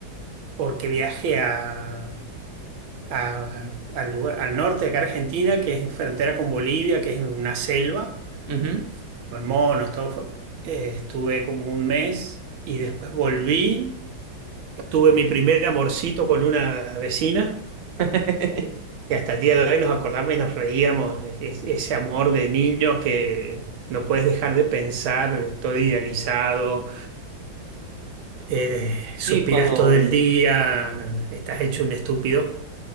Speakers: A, on the right; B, on the right.
A: porque viajé a, a- al, lugar- al norte de acá Argentina, que es frontera con Bolivia, que es una selva,
B: Ujú.
A: con monos, todo fue. eh, estuve como un mes y después volví. Tuve mi primer amorcito con una vecina,
B: <laughs>
A: que hasta el día de hoy nos acordamos y nos reíamos, de es- ese amor de niños que no puedes dejar de pensar, todo idealizado eh, suspiras
B: Sí, cuando...
A: todo el día, no, no, estás hecho un estúpido.